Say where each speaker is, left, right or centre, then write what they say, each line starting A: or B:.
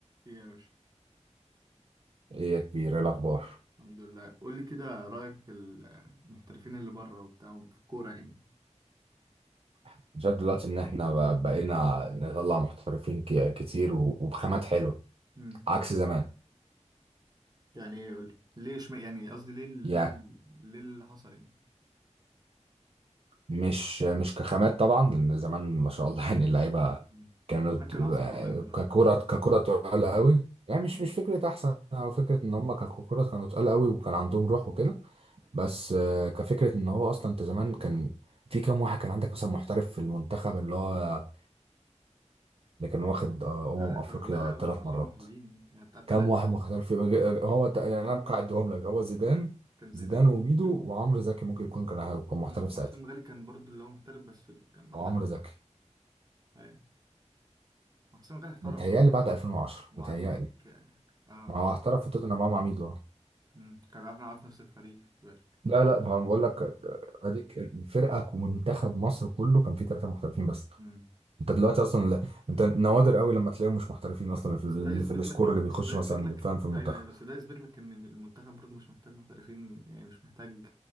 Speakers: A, on the right; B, on the right.
A: ايه يا باشا
B: ايه يا كبير ايه الاخبار
A: الحمد لله قول لي كده رأيك في المحترفين اللي بره وبتاع في الكورة يعني
B: أنا شايف دلوقتي ان احنا ب- بقينا نطلع محترفين ك- كتير و- وبخامات حلوه
A: امم
B: عكس زمان
A: يعني ايه قول لي ليه اشم يعني قصدي ليه ليه
B: يعني
A: ليه اللي حصل يعني
B: مش مش كخامات طبعا لان زمان ما شاء الله <laughs> يعني اللعيبه
A: مم.
B: كانت
A: زمان كانوا
B: آه،
A: احسن والله من دلوقتي
B: ككره ككره تقال قوي يعني
A: مم.
B: مش مش فكره احسن او فكره ان هم ككره كانوا تقال قوي وكان عندهم روح وكده بس آه، كفكره ان هو اصلا انت زمان كان في كام واحد كان عندك مثلا محترف في المنتخب اللي هو اللي كان واخد آه، امم
A: لا
B: افريقيا
A: كانوا قليل قوي
B: ثلاث
A: معظمهم
B: مرات
A: محليين يعني يعني بتاع ثلاثة
B: كام واحد
A: مثلا
B: ما خسرش في مج- هو ت- يعني انا ممكن اعدهم لك هو زيدان
A: مم. كان زيدان
B: زيدان
A: وميدو
B: وميدو وعمرو
A: و-
B: زكي ممكن يكون كان هو كان محترف
A: مم.
B: ساعتها
A: وحسام غالي كان برضو اللي هو محترف بس كان محلي
B: وعمرو زكي
A: ايوه وحسام غالي احترف
B: متهيألي
A: برضو
B: بعد 2010
A: وعندك
B: متهيألي
A: اه
B: ما هو احترف في توتنهام مع ميدو
A: مم. كان بيعرف يلعب في نفس الفريق خلي بالك
B: لا لا ما بقول لك اديك الفرقه ومنتخب مصر كله كان فيه ثلاثه محترفين بس
A: مم.
B: انت دلوقتي اصلا لا- انت نوادر قوي لما تلاقيهم مش محترفين اصلا في,
A: بس
B: ال-
A: ده يثبت
B: في السكور
A: لك
B: اللي
A: بس
B: بيخش
A: ده يثبت
B: مثلا
A: لك
B: فاهم في المنتخب
A: ايوه ايوه بس ده يثبت لك ان المنتخب برضه مش محتاج محترفين يعني مش محتاج